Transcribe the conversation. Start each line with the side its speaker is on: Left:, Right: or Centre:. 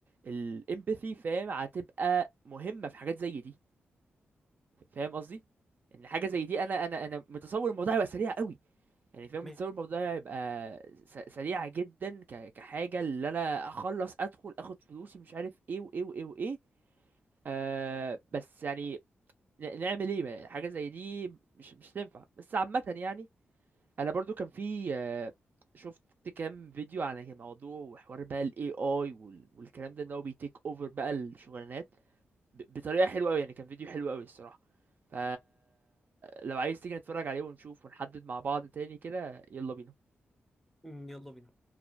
Right: الامباثي فاهم هتبقى مهمه في حاجات زي دي فاهم قصدي ان حاجه زي دي انا انا انا متصور الموضوع هيبقى سريع قوي يعني فاهم
Centre: ماشي.
Right: متصور الموضوع هيبقى س- سريع جدا ك- كحاجه اللي انا اخلص ادخل اخد فلوسي مش عارف ايه وايه وايه وايه آه بس يعني ن- نعمل ايه بقى حاجه زي دي مش مش تنفع بس عامه يعني انا برضو كان في آه، شفت كام فيديو عن الموضوع وحوار بقى ال AI وال- والكلام ده ان هو بيتيك اوفر بقى الشغلانات ب- بطريقة حلوة قوي يعني كان فيديو حلو قوي الصراحة ف لو عايز تيجي نتفرج عليه ونشوف ونحدد مع بعض تاني كده يلا بينا
Centre: مم، يلا بينا